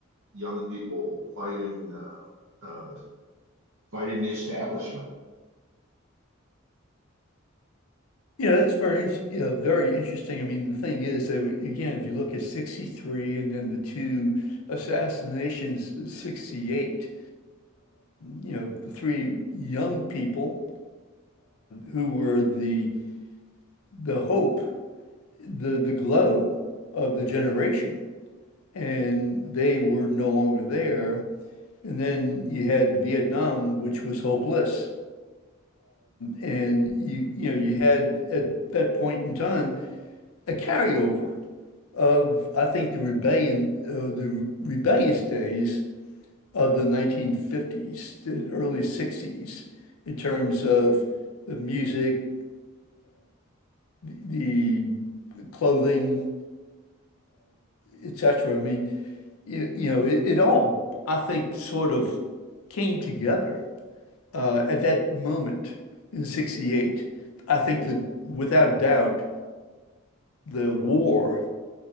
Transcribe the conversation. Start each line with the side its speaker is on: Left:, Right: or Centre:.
Right: young people fighting uh, uh, fighting the establishment
Left: You know, that's very, int- you know, very interesting. I mean, the thing is that again, if you look at 63 and then the two assassinations, in 68, you know, the three young people who were the the hope, the the glow of the generation, and they were no longer there. And then you had Vietnam, which was hopeless. And you, you know, you had at that point in time a carryover of I think the rebellion, uh, the rebellious days of the 1950s, the early 60s, in terms of the music, the clothing, etc. I mean, you, you know, it, it all I think sort of came together uh, at that moment in '68. I think that without doubt, the war